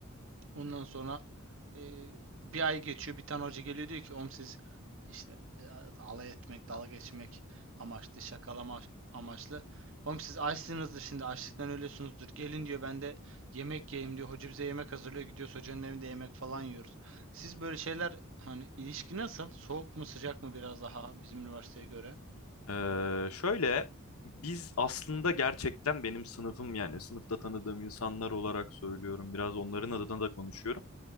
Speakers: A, on the right; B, on the left.
A: Ondan sonra e, bir ay geçiyor. Bir tane hoca geliyor diyor ki om siz işte e, alay etmek, dalga geçmek amaçlı, şakalama amaçlı. Oğlum siz açsınızdır şimdi açlıktan ölüyorsunuzdur. Gelin diyor ben de yemek yiyeyim diyor. Hoca bize yemek hazırlıyor. Gidiyoruz hocanın evinde yemek falan yiyoruz. Siz böyle şeyler hani ilişki nasıl? Soğuk mu sıcak mı biraz daha bizim üniversiteye göre?
B: Ee, şöyle biz aslında gerçekten benim sınıfım yani sınıfta tanıdığım insanlar olarak söylüyorum biraz onların adına da konuşuyorum.